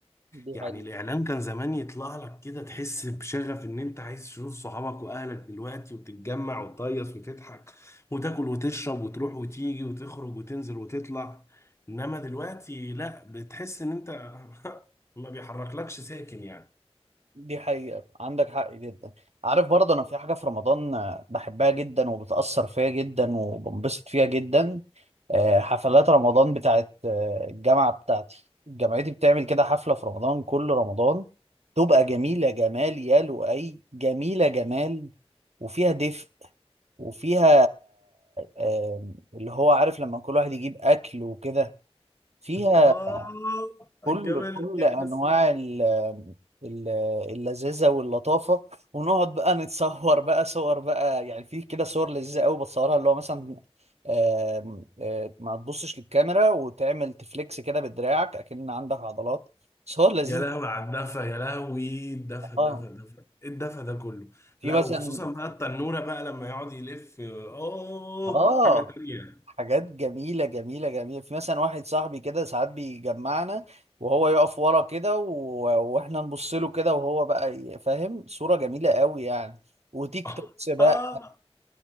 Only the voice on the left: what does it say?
يعني
الإعلام كان زمان يطلع لك كده تحس بشغف إن أنت عايز تشوف صحابك وأهلك دلوقتي وتتجمع وتهيص وتضحك وتاكل وتشرب وتروح وتيجي وتخرج وتنزل وتطلع إنما دلوقتي لأ بتحس إن أنت <laughs> ما بيحركلكش ساكن يعني
آه الجمال
ده يا
باسم.
يا لهوي على الدفا يا لهوي الدفا الدفا
الدفا إيه الدفا ده كله
لا
وخصوصا بقى التنورة بقى لما يقعد يلف آه
حاجة تانية
<laughs>
آه